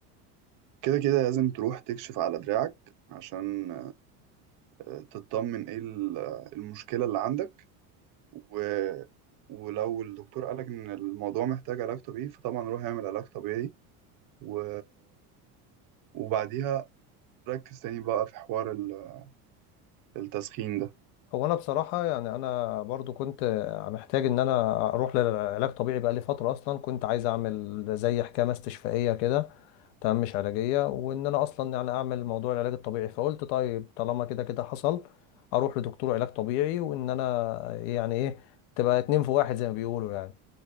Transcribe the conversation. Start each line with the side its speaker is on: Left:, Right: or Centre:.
Right: كده كده لازم تروح تكشف على دراعك عشان آه، تطمن ايه ال- آه، المشكلة اللي عندك و... ولو الدكتور قالك ان الموضوع محتاج علاج طبيعي فطبعا روح اعمل علاج طبيعي و... وبعديها ركز تاني بقى في حوار ال- التسخين ده
Left: هو انا بصراحه يعني انا برضو كنت محتاج ان انا اروح للعلاج طبيعي بقالي فتره اصلا كنت عايز اعمل زي حكامه استشفائيه كده تمام مش علاجية وان انا اصلا يعني اعمل موضوع العلاج الطبيعي فقلت طيب طالما كده كده حصل اروح لدكتور علاج طبيعي وان انا يعني ايه تبقى اتنين في واحد زي ما بيقولوا يعني